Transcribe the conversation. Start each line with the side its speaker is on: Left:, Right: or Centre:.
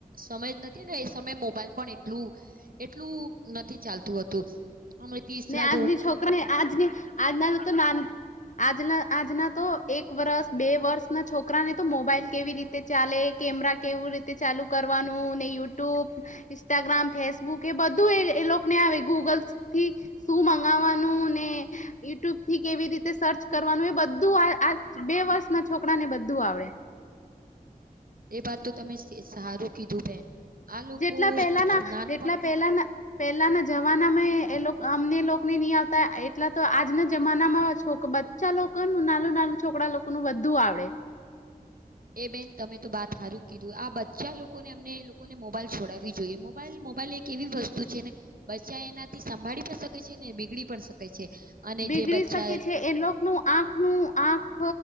Right: સમયજ નથી ને. સમ મોબાઈલ પણ એટલું એટલું નથી ચાલતું હતું અમ તસરા.
Left: ને આજની છોકરાને આજની આજના તો નાન આજના આજના. તો એક વર્સ બે વર્ષ ના છોકરા ને તો મોબાઈલ કેવી રીતે ચાલે. કેમરા કેવું રીતે ચાલુ. કરવાનું ને યુટ્યુબ ઇન્સ્ટાગ્રામ ફેસબુક એ બધું એ એ લોકોને આવે ગૂગલ થી. શું મંગાવવાનું ને યુટ્યુબ થી કેવી રીતે સર્ચ કરવાનું એ બધું. બે વર્ષ ના છોકરા ને બધું આવડે.
Right: એ વાત તો તમે સારું કીધું બેન. આ લોકો
Left: જેટલા પેલાના
Right: નાનપણથી
Left: જેટલા પેલાના. પેલાના જમાના માં એ અમને લોકોને નહી આવતા એટલા તો આજના જમાના માં છોકરા. બચ્ચા લોકોનું નાલુ નાલુ છોકરા લોકો ન બધુ આવડે.
Right: એ બેન તમે તો બાત સારું કીધું આ બચ્ચા લોકોને અમને લોકોને મોબાઈલ છોડાવવી જોઈએ મોબાઈલ. મોબાઈલ એક એવી વસ્તુ છે ને બચ્ચા એનાથી સંભાળી પણ શકે છે ને બીગડી પણ શકે છે. અને
Left: બીગડી
Right: જે બચ્ચા
Left: શકે છે એ લોકોનું આંખ નું આંખ.